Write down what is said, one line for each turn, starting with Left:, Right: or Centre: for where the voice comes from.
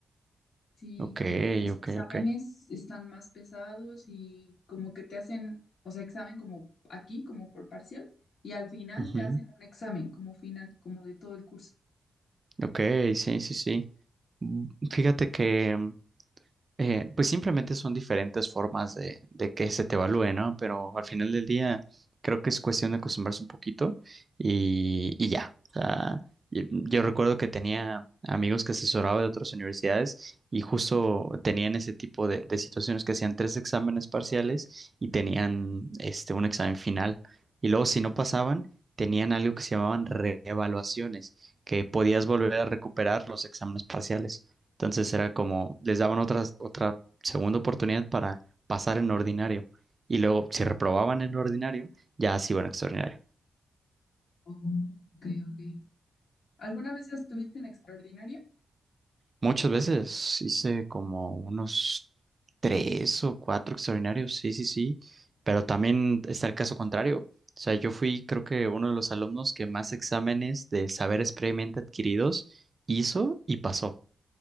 Left: Sí,
Right: Ok,
Left: como que los
Right: ok,
Left: exámenes
Right: ok.
Left: están más pesados y como que te hacen, o sea, examen como aquí, como por parcial, y al final
Right: Ujú.
Left: te hacen un examen como final, como de todo el curso.
Right: Ok, sí, sí, sí. Mm, Fíjate que mm, Eh, pues simplemente son diferentes formas de, de que se te evalúe, ¿no? Pero al final del día creo que es cuestión de acostumbrarse un poquito y, y ya. O sea, y- yo recuerdo que tenía amigos que asesoraba de otras universidades y justo tenían ese tipo de, de situaciones que hacían tres exámenes parciales y tenían este, un examen final. Y luego si no pasaban, tenían algo que se llamaban reevaluaciones, que podías volver a recuperar los exámenes parciales. Entonces era como, les daban otras, otra segunda oportunidad para pasar en ordinario. Y luego, si reprobaban en ordinario, ya se iban a extraordinario.
Left: Oh, ok, ok. ¿Alguna vez ya estuviste en extraordinaria?
Right: Muchas veces hice como unos tres o cuatro extraordinarios, sí, sí, sí. Pero también está el caso contrario. O sea, yo fui, creo que uno de los alumnos que más exámenes de saberes previamente adquiridos hizo y pasó.